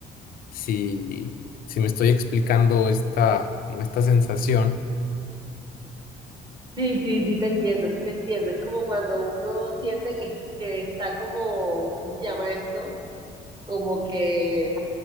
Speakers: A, on the left (about 60°); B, on the right (about 25°).
A: si, si me estoy explicando esta, como esta sensación.
B: Sí, sí, sí te entiendo, sí te entiendo. Es como cuando uno siente que, que está como, ¿cómo se llama esto? Como que,